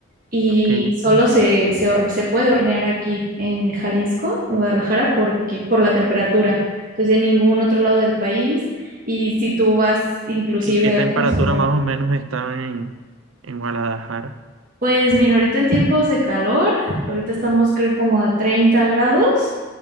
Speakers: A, on the right; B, on the right.
A: y
B: Ok.
A: solo se, se, horne- se puede hornear aquí en Jalisco, en Guadalajara, porque, por la temperatura. Entonces, en ningún otro lado del país. Y si tú vas inclusive
B: ¿Y qué, qué temperatura
A: a otra ciudad.
B: más o menos está en, en Guadalajara?
A: Pues mira, ahorita en tiempos de calor, ahorita estamos creo que como a 30 grados,